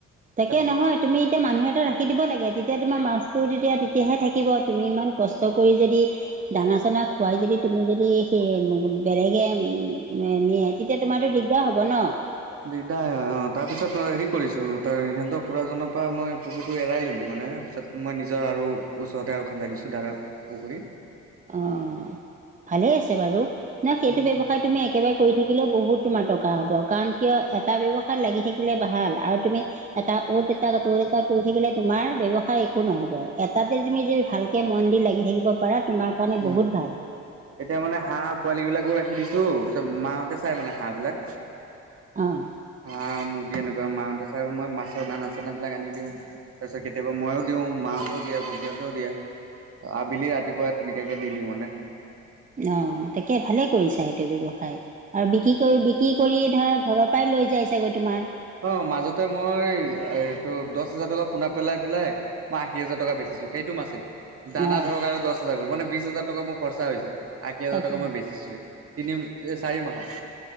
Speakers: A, on the right; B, on the right.
A: তাকে
B: তাৰপিছত
A: নহয়। তুমি এতিয়া মানুহ এটা ৰাখি দিব লাগে তেতিয়া তোমাৰ মাছটো তেতিয়া -তেতিয়াহে থাকিব তুমি ইমান কষ্ট কৰি যদি দানা চানা খুৱাই যদি তুমি যদি সেই বেলেগে নিয়ে তেতিয়া তোমাৰতো দিগদাৰ হ'ব ন?
B: দিগদাৰ হয় অ, তাৰ পিছত মই হেৰি কৰিছো তাৰ সিহঁতৰ খুৰাজনৰ পৰা মই পুখুৰীটো এৰাই ল'লো মানে পিছত মই নিজৰ আৰু ওচৰতে আৰু খান্দাই দিছোঁ দা <unintelligible> পুখুৰী।
A: অ, ভালে আছে বাৰু ন, সেইটো
B: উম
A: ব্যৱসায় তুমি একেবাৰে কৰি থাকিলেও বহুত তোমাৰ টকা হ'ব কাৰণ কিয় এটা ব্যৱসায় লাগি থাকিলে ভাল আৰু তুমি এটা অত এটা ত'ত এটা কৈ থাকিলে তোমাৰ ব্যৱসায় একো নহ'ব। এটাতে তুমি যদি ভালকে মন দি লাগি থাকিব পাৰা তোমাৰ কাৰণে
B: উম
A: বহুত ভাল।
B: এতিয়া মানে হাঁহ পোৱালী বিলাকো ৰাখি দিছো পিছে মাহঁতে চাই মানে হাঁহবিলাক।
A: অহ।
B: হাঁহ, মুৰ্গী এনেকুৱা মাহঁতে চাই আৰু মই মাছৰ দানা -চানা বিলাক আনি দিওঁ। তাৰপিছত কেতিয়াবা ময়ো দিওঁ মাহঁতেও দিয়ে ভণ্টিহঁতেও দিয়ে। আবেলি ৰাতিপুৱা তেনেকেকে দি দিও মানে।
A: অ, তাকে ভালেই কৰিছা এইটো ব্যৱসায়। আৰু বিক্ৰী কৰি -বিক্ৰী কৰি ধৰা ঘৰৰ পৰাই লৈ যায় চাগৈ তোমাৰ?
B: অ মাজতে মই এইটো দহ হাজাৰ টকা পোনা পেলাই পেলাই মই আশী হাজাৰ টকা বেচিছো সেইটো মাছেই দানা
A: অঁ
B: ধৰক আৰু দহ হাজাৰ গ'ল মানে বিশ হাজাৰ টকা মোৰ খৰচা হৈছে আশী হাজাৰ
A: তাকে
B: টকা মই বেছিছোৱেই তিনি চাৰি মাহৰ